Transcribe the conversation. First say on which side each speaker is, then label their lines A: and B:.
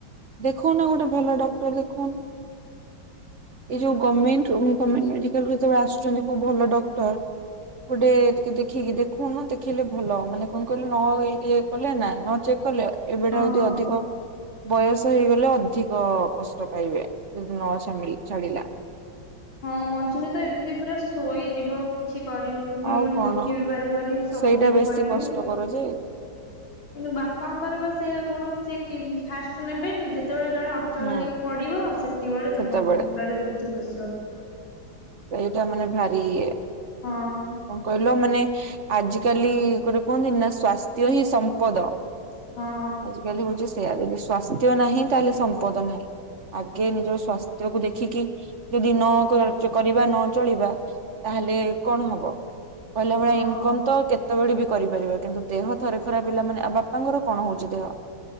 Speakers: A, on the right; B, on the left.
A: ଦେଖୁଉନା ଗୋଟେ ଭଲ ଡକ୍ଟର ଦେଖଉନ? ଏଇ ଯୋଉ ଗମେଣ୍ଟରୁ ଗମେଣ୍ଟ ମେଡିକାଲରୁ ଯେତେବେଳେ ଆସୁଛନ୍ତି କୋଉ ଭଲ ଡକ୍ଟର ଗୋଟେ ଦେଖିକି ଦେଖଉନ ଦେଖେଇଲେ ଭଲ ମାନେ କଣ କହିଲେ ନ ଇଏ କଲେ ନ ଚେକ୍ କଲେ ଏବେଠାରୁ
B: ହଁ।
A: ଯଦି ଅଧିକ ବୟସ ହେଇଗଲେ ଅଧିକ କଷ୍ଟ ପାଇବେ ଯଦି ନ ଜମି ଛାଡିଲା।
B: ହଁ ମଝିରେ ତ ଏମିତି ପୁରା ଶୋଇଯିବ କିଛି କରିହେଉନି
A: ଆଉ
B: ମାନେ
A: କଣ
B: ଉଠି ବିି ପାରିବନି ସବୁ
A: ସେଇଟା
B: ମୁଁ
A: ବେଶୀ
B: କରିବି।
A: କଷ୍ଟକର ଯେ
B: କିନ୍ତ ବାପାଙ୍କର ବା ସେଇୟା ଗୁଣ ସେ କି ଫାଷ୍ଟ ରୁ ନେବେନି ଯେତେବେଳେ ଜଣେ ଅଚଳ
A: ହୁଁ
B: ହେଇକି ପଡିବ ସେତିକି ବେଳେ
A: ସେତେବେଳେ
B: ତାଙ୍କ ମୁଣ୍ଡରେ ବୁଦ୍ଧି ପସିବ।
A: ଏଇଟା ମାନେ ଭାରି ଇଏ।
B: ହଁ।
A: କଣ କହିଲ ମାନେ ଆଜି କାଲି ଗୋଟେ କୁହନ୍ତି ନା ସ୍ଵାସ୍ଥ୍ୟ ହିଁ ସମ୍ପଦ।
B: ହଁ।
A: ଆଜିିକାଲି ହଉଚି ସେୟା ଯଦି ସ୍ଵାସ୍ଥ୍ୟ ନାହିଁ ତାହେଲେ ସମ୍ପଦ ନାହିଁ। ଆଗେ ନିଜ ସ୍ଵାସ୍ଥ୍ୟ କୁ ଦେଖିକି ଯଦି ନ କର ଚ କରିବା ନ ଚଳିବା ତାହେଲେ କଣ ହବ କହିଲା
B: ହଁ
A: ଭଳିଆ ଇନକମ ତ କେତେ କେତବେଳେ ବି କରିପାରିବା କିନ୍ତୁ ଦେହ ଥରେ ଖରାପ ହେଲା ମାନେ ଆଉ ବାପାଙ୍କର କଣ ହଉଚି ଦେହ?